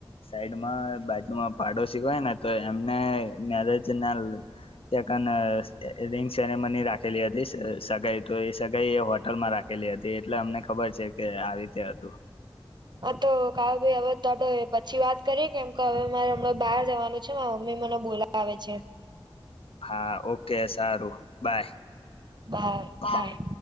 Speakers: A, on the left; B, on the right.
A: એમના બાજુમાં પાડોશી હોય ને તો એમને મેરેજ ના ત્યાં કને રિંગ સેરેમની રાખેલી હતી સગાઈ તો એ સગાઈ એ હોટલ માં રાખ લી હતી એટલે અમને ખબર છે કે આવી રીતે હતું
B: હા તો કાવ ભાઈ હવે તો પછી વાત કરીએ કેમ કે હવે મારે હમણાં બહાર જવાનું છે હમમે મને બોલા આવે છે
A: હા ઓકે સારું બાય
B: બાય
A: હા.
B: બાય